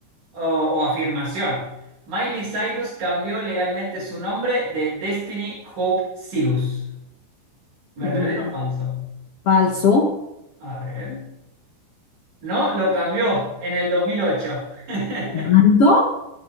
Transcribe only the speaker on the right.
o, o afirmación. Miley Cyrus cambió legalmente su nombre de Destiny Hope Cyrus. ¿Verdadero
o falso?
A ver. No, lo cambió en el 2008. <laughs>